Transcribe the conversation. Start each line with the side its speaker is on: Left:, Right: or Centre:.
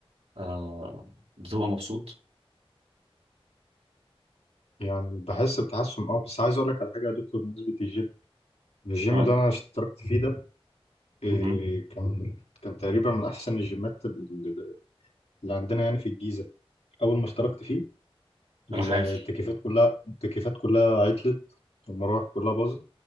Right: آه بتبقى مبسوط
Left: يعني بحس بتحسن اه بس عايز اقول لك على حاجه يا دكتور بالنسبه للجيم الجيم
Right: اه
Left: اللي انا اشتركت فيه ده آه
Right: مهم.
Left: كان كان تقريبا من احسن الجيمات اللي اللي عندنا يعني في الجيزه اول ما اشتركت فيه التكييفات
Right: راح قافل
Left: كلها التكييفات كلها عطلت والمراوح كلها باظت